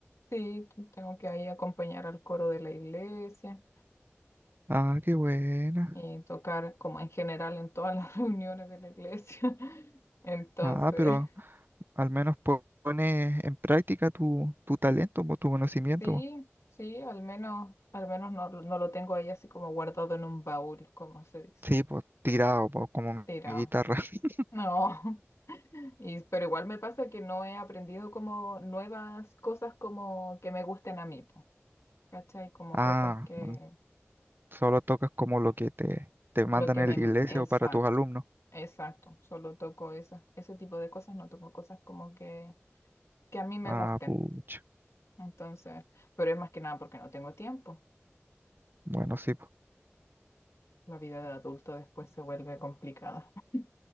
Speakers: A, on the left; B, on the right.
A: Sí, tengo que ahí acompañar al coro de la iglesia.
B: Ah, qué buena.
A: y tocar como en general en todas las <laughs> reuniones de la iglesia. Entonces,
B: Ah, pero al menos po- pones en práctica tu, tu talento, po, tu conocimiento.
A: sí,
B: po.
A: sí, al menos, al menos no, no lo tengo ahí así como guardado en un baúl, como se dice,
B: Sí, pues tirado, pues como
A: tirado.
B: mi guitarra. <laughs>
A: No, <laughs> y, pero igual me pasa que no he aprendido como nuevas cosas como que me gusten a mí, po, ¿cachai? Como
B: Ah,
A: cosas que,
B: mm, solo tocas como lo que te, te mandan
A: lo que
B: en
A: me,
B: la iglesia
A: exacto.
B: o para tus alumnos.
A: Exacto, solo toco esas, ese tipo de cosas, no toco cosas como que, que a mí me
B: Ah,
A: gusten.
B: pucha.
A: Entonces, pero es más que nada porque no tengo tiempo.
B: Bueno, sí.
A: La vida de adulto después se vuelve complicada. <laughs>